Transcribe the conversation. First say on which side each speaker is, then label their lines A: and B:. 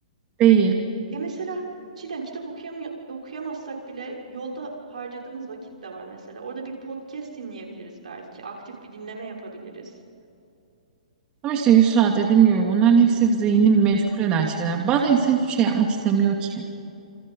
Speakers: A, on the right; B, on the right.
A: değil.
B: Ya mesela Çiğdem kitap okuyamıyor, okuyamazsak bile yolda harcadığımız vakit de var mesela. Orada bir podcast dinleyebiliriz belki. Aktif bir dinleme yapabiliriz.
A: Ama işte Yusra dediğim gibi bunların hepsi zihnini meşgul eden şeyler. Bazen insan hiçbir şey yapmak istemiyor ki.